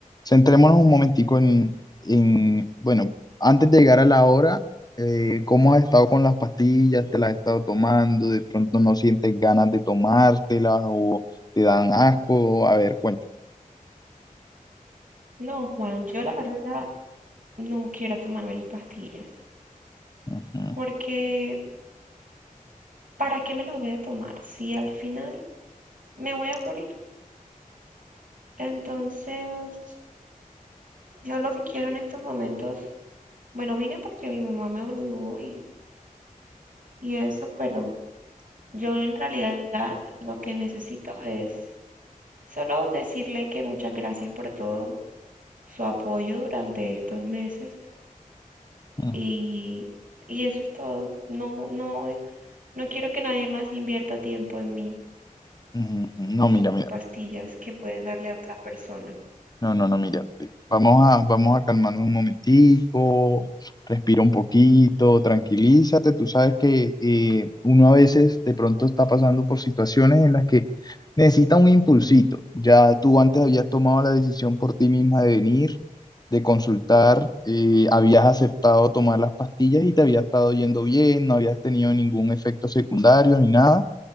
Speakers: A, on the left (about 25°); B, on the right (about 70°).
A: centrémonos un momentico en, en, bueno, antes de llegar a la hora, eh, ¿cómo has estado con las pastillas? ¿Te las has estado tomando? ¿De pronto no sientes ganas de tomártelas o te dan asco? A ver, cuéntame.
B: No, Juan, yo la verdad no quiero tomarme las pastillas,
A: Ujú,
B: porque ¿para qué me las voy a tomar si al final me voy a morir? Entonces, yo lo que quiero en estos momentos, bueno, vine porque mi mamá me obligó y, y eso, pero yo en realidad lo que necesito es solo decirle que muchas gracias por todo su apoyo durante estos meses
A: ujú,
B: y, y eso es todo. No, no, no quiero que nadie más invierta tiempo en mí,
A: ujú. No,
B: ni
A: mira, mira.
B: pastillas que pueden darle a otra persona.
A: No, no, no, mira, vamos a, vamos a calmarnos un momentico, respira un poquito, tranquilízate. Tú sabes que eh, uno a veces de pronto está pasando por situaciones en las que necesita un impulsito. Ya tú antes habías tomado la decisión por ti misma de venir, de consultar, eh, habías aceptado tomar las pastillas y te había estado yendo bien, no habías tenido ningún efecto secundario ni nada.